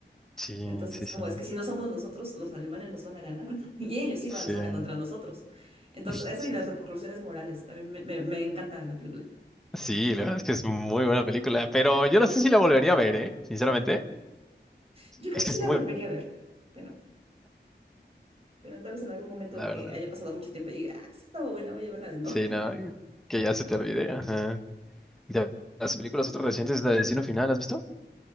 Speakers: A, in the centre; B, on the right.
A: Sí,
B: Entonces,
A: sí,
B: como
A: sí,
B: es que si no somos nosotros, los alemanes nos van a ganar <laughs> y ellos sí
A: sí.
B: van a usarla contra nosotros. Entonces,
A: <laughs>
B: eso y las repercusiones morales también me, me me encanta la película.
A: Sí, la verdad es que es muy buena película, pero yo no sé si la volvería a ver, ¿eh? Sinceramente,
B: Yo creo
A: es
B: que
A: que
B: sí
A: es
B: la
A: muy,
B: volvería a ver, pero... Pero tal vez en algún momento
A: la
B: que
A: verdad.
B: haya pasado mucho tiempo y diga, ah, esa estaba buena, voy a verla de nuevo.
A: Sí,
B: <laughs>
A: no, que ya se te olvide. Ajá. Ya, las películas otras recientes de Destino Final, ¿has visto?